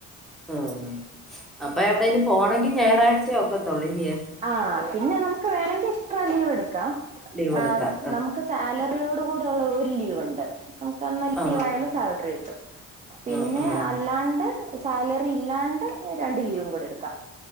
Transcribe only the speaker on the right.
ആഹ് പിന്നെ നമക്ക് വേണെങ്കി എക്സ്ട്രാ ലീവെടുക്കാം
ആഹ് നമുക്ക് സ് സാലറിയോട് കൂടെള്ള ഒരു ലീവ്ണ്ട് നമുക്കന്ന് ലീവായാലും
സാലറി കിട്ടും. പിന്നെ
അല്ലാണ്ട്. സാലറി ഇല്ലാണ്ട് രണ്ട് ലീവും കൂട എടുക്കാം